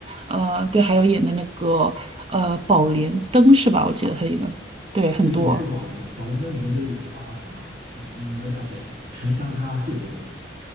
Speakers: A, on the right (about 30°); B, on the right (about 45°).
A: 呃，对，还有演的那个呃《宝莲灯》是吧？我记得他演的，对，很多。
B: 对对，是宝莲灯，宝莲灯里面就是演的二郎神了。呃，哪吒啊，不对，沉香他舅舅。